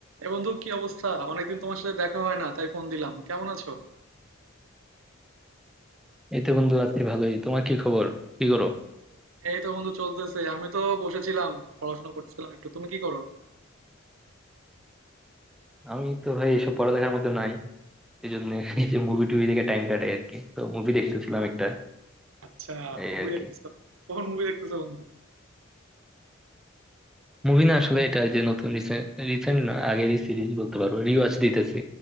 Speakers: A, on the right (about 85°); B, in the centre.
A: এ বন্ধু কি অবস্থা অনেকদিন তোমার সাথে দেখা হয় না তাই ফোন দিলাম কেমন আছো
B: এই তো বন্ধু আছি ভালোই তোমার কি খবর কি করো
A: এই তো বন্ধু চলতেছে আমি তো বসেছিলাম পড়াশোনা করতেছিলাম একটু তুমি কি করো
B: আমি তো ভাই এসব পড়ালেখার মধ্যে নাই এই জন্য এই যে মুভি টুভি দেখে টাইম কাটাই আর কি তো মুভি দেখতেছিলাম একটা
A: আচ্ছা
B: এই
A: মুভি
B: আর
A: দেখতেছো
B: কি
A: কখন মুভি দেখতেছো বন্ধু
B: মুভি না আসলে এটা যে নতুন রিসেন্ট না আগেরই সিরিজ বলতে পারো রিওয়াচ দিতেছি